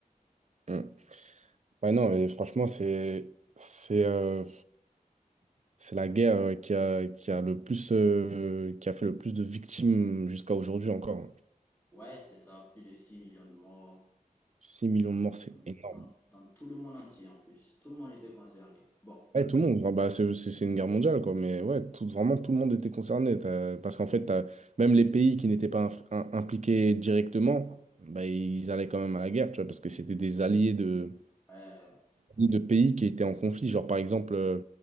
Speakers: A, on the right; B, on the left.
A: Mm. Ouais, non, et franchement, c'est c'est euh, C'est la guerre euh, qui a, qui a le plus, euh, qui a fait le plus de victimes jusqu'à aujourd'hui encore.
B: Ouais, c'est ça. Plus de 6 millions de morts
A: six millions
B: dans,
A: de morts, c'est énorme.
B: dans- dans tout le monde entier en plus. Tout le monde était concerné. Bon.
A: Ouais, tout le monde, enfin, bah, c'est c'est- c'est une guerre mondiale, quoi. Mais ouais, tout, vraiment, tout le monde était concerné. T'as- Parce qu'en fait, t'as- même les pays qui n'étaient pas inf- im- impliqués directement, bah, ils allaient quand même à la guerre, tu vois, parce que c'était des alliés de,
B: Euh,
A: de pays qui étaient en conflit. Genre, par exemple, euh,